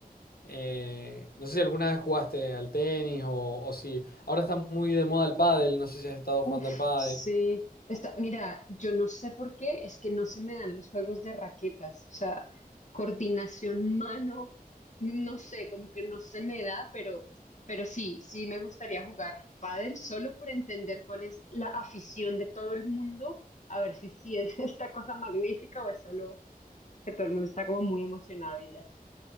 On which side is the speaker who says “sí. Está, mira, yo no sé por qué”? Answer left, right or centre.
Left